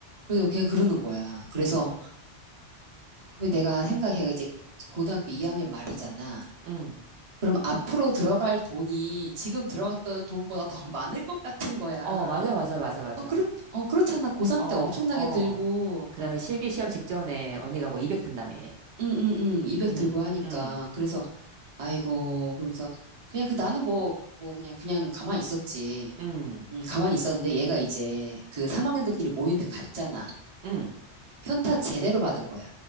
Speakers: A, on the right; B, on the right.
A: 그래서 걔 그러는 거야. 그래서
B: 응,
A: 그 내가 생각해. 이제 고등학교 2학년 말이잖아.
B: 응.
A: 그럼 앞으로 들어갈 돈이 지금 들어갔던 돈보다 더 <laughs> 많을 것 같은 거야.
B: 어, 맞아, 맞아, 맞아, 맞아.
A: 어, 그렇, 어, 그렇잖아. 고3
B: 어,
A: 때 엄청나게
B: 어.
A: 들고,
B: 그 다음에 실기 시험 직전에 언니가 뭐 200 든다며.
A: 응, 응, 응, 200
B: 응,
A: 들고 하니까.
B: 응,
A: 그래서 아이고, 그러면서 그냥 그 나는 뭐, 뭐 그냥 그냥 가만히 있었지.
B: 응.
A: 음, 가만히 있었는데 얘가 이제 그 3학년들끼리 모이는데 갔잖아.
B: 응.
A: 현타 제대로 받은 거야.